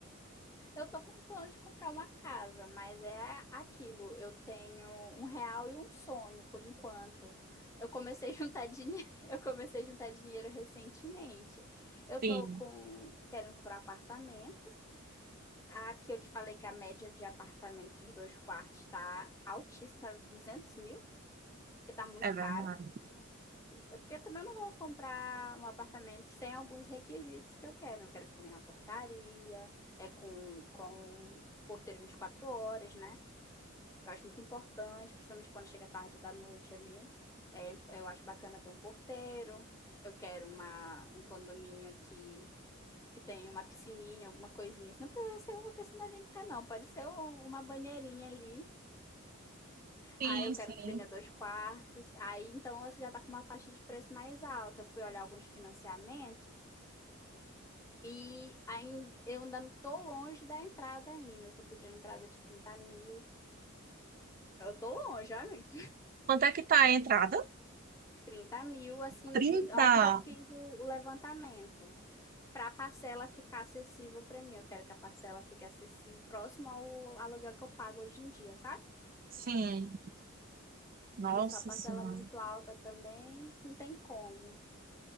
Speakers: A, on the left (about 15°); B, on the right (about 45°).
A: Eu tô com plano de comprar uma casa, mas é aquilo. Eu tenho um real e um sonho por enquanto. Eu comecei a juntar dinheiro, <laughs> eu comecei a juntar dinheiro recentemente. Eu
B: Sim,
A: tô com querendo comprar um apartamento. Aqui eu te falei que a média de apartamentos de dois quartos está altíssima, tá 200 mil, que tá muito
B: É verdade.
A: caro. É porque eu também não vou comprar um apartamento sem alguns requisitos que eu quero. Eu quero que tenha uma portaria, é com, com porteiro 24 horas, né? Eu acho muito importante, principalmente quando chega tarde da noite ali. É, eu acho bacana ter um porteiro. Eu quero uma, um condomínio aqui que tenha uma piscininha, alguma coisinha. Não precisa ser uma piscina olímpica, não. Pode ser um- uma banheirinha ali.
B: sim,
A: Aí eu quero
B: sim.
A: que tenha dois quartos. Aí então você já está com uma faixa de preço mais alta. Eu fui olhar alguns financiamentos e ainda, eu ainda estou longe da entrada ainda. Eu estou pedindo entrada de 30 mil. Eu estou longe, olha, amiga.
B: Quanto é que tá a entrada?
A: 30 mil, assim,
B: trinta
A: aonde eu fiz o, o levantamento. Para a parcela ficar acessível para mim. Eu quero que a parcela fique acessível, próximo ao aluguel que eu pago hoje em dia, sabe?
B: Sim, Nossa
A: Porque Se for a parcela
B: Senhora.
A: muito alta também, não tem como.